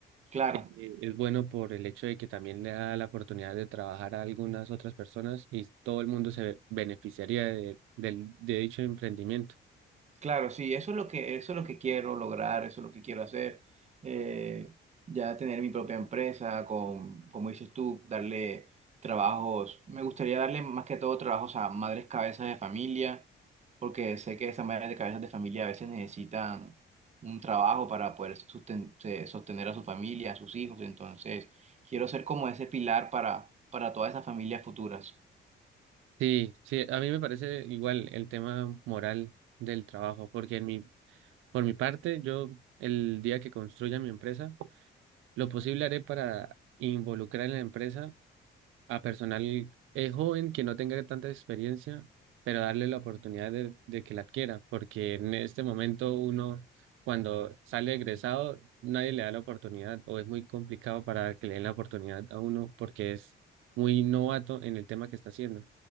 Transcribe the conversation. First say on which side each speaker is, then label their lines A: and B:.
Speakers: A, on the right (about 35°); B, on the right (about 85°).
A: Claro,
B: Eh, Es bueno por el hecho de que también le da la oportunidad de trabajar a algunas otras personas y todo el mundo se beneficiaría de, del- de dicho emprendimiento.
A: claro, sí, eso es lo que, eso es lo que quiero lograr, eso es lo que quiero hacer. eh, ya tener mi propia empresa, con, como dices tú, darle trabajos. Me gustaría darle más que todo trabajos a madres cabezas de familia, porque sé que esas madres de cabezas de familia a veces necesitan un trabajo para poder susten- se- sostener a su familia, a sus hijos. Entonces, quiero ser como ese pilar para, para todas esas familias futuras.
B: Sí, sí, a mí me parece igual el tema moral del trabajo, porque en mi, por mi parte, yo el día que construya mi empresa, lo posible haré para involucrar en la empresa a personal eh, joven que no tenga tanta experiencia, pero darle la oportunidad de, de que la adquiera, porque en este momento uno, cuando sale egresado, nadie le da la oportunidad o es muy complicado para que le den la oportunidad a uno porque es muy novato en el tema que está haciendo.